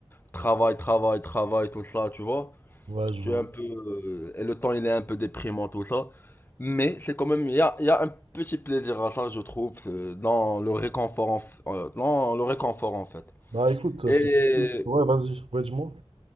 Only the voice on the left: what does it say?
travail, travail, travail, tout ça, tu vois.
Tu
es un peu euh, et le temps il est un peu déprimant tout ça, mais c'est quand même il y a, il y a un petit plaisir à ça, je trouve, c'est dans le réconfort en f- euh, dans le réconfort en fait.
Et